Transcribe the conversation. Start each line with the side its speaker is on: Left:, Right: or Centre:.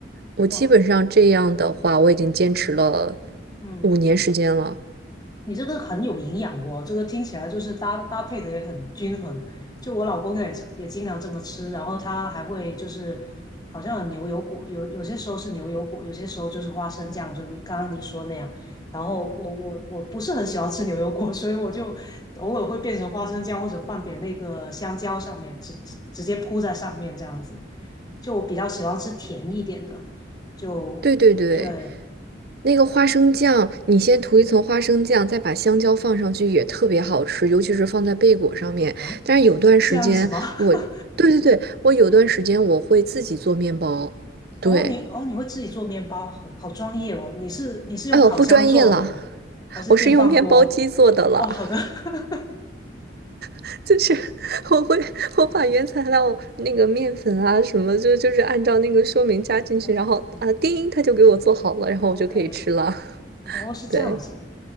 Right: 我基本上这样的话，
Left: 哇，
Right: 我已经坚持了
Left: 嗯。
Right: 五年时间了。
Left: 你这个很有营养哦，这个听起来就是搭搭配的也很均衡。就我老公也是也经常这么吃，然后他还会就是好像有牛油果，有有些时候是牛油果，有些时候就是花生酱，就你刚刚你说那样。然后我我我不是很喜欢吃牛油果，所以我就偶尔会变成花生酱，或者放点那个香蕉上面，直直接铺在上面这样子。就我比较喜欢吃甜一点的，就对
Right: 对对对，那个花生酱，你先涂一层花生酱，再把香蕉放上去，也特别好吃，尤其是放在贝果上面。
Left: 啊，
Right: 但是有段时间我，
Left: 这样子吗？<laughs>
Right: 对对对，我有段时间我会自己做面包。对，
Left: 哦，你哦，你会自己做面包，好好专业哦。你是你是用烤箱做的呢，
Right: 哎呦，不专业了，
Left: 还是电饭锅？
Right: 我是用面包机做的了。
Left: 哦，好的。<laughs>
Right: <laughs> 就是我会我把原材料那个面粉啊什么，就就是按照那个说明加进去，
Left: 哦
Right: 然后啊叮，它就给我做好了，然后我就可以吃了。
Left: ，OK，
Right: <laughs>
Left: 哦，是这样子。
Right: 对，